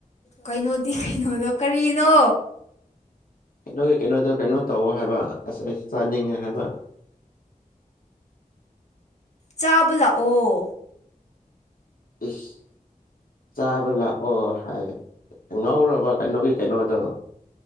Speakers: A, on the left; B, on the left.
A: ꯀꯩꯅꯣꯗꯤ ꯀꯩꯅꯣꯗꯣ ꯀꯔꯤꯅꯣ
B: ꯀꯩꯅꯣꯒꯤ ꯀꯩꯅꯣꯗꯣ ꯀꯩꯅꯣ ꯇꯧꯑꯣ ꯍꯥꯏꯕ ꯑꯁ ꯑꯩ ꯆꯥꯅꯤꯡꯉꯦ ꯍꯥꯏꯕ <inaudible>
A: ꯆꯥꯕ ꯂꯥꯛꯑꯣ
B: ꯑꯁ ꯆꯥꯕ ꯂꯥꯛꯑꯣ ꯍꯥꯏ ꯉꯧꯔꯕ ꯀꯩꯅꯣꯒꯤ ꯀꯩꯅꯣꯗꯣ